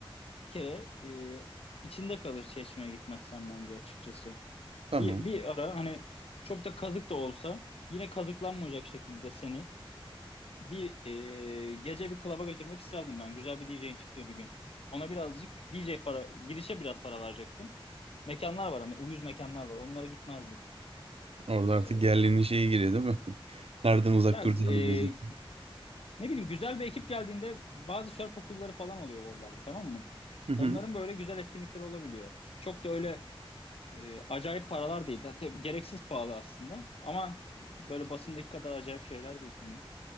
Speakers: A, on the left; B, on the right.
A: bir kere e, içinde kalır Çeşme'ye gitmezsen bence açıkçası.
B: tamam.
A: Bir, bir ara hani çok da kazık da olsa yine kazıklanmayacak şekilde seni bir e, gece bir klaba götürmek isterdim ben. Güzel bir DJ'in çıktığı bir gün. Ona birazcık DJ para, girişe biraz para verecektin. Mekanlar var ama uyuz mekanlar var. Onlara gitmezdik.
B: Orada artık
A: E,
B: yerlinin şeyi giriyor değil mi? <laughs> Nereden uzak
A: ya
B: duracağını
A: e,
B: bileceksin.
A: ne bileyim güzel bir ekip geldiğinde bazı surf okulları falan oluyor oralarda tamam mı?
B: Hı hı.
A: Onların böyle güzel etkinlikleri olabiliyor. Çok da öyle E, acayip paralar değil. Zaten gereksiz pahalı aslında. Ama böyle basındaki kadar acayip şeyler değil. Hani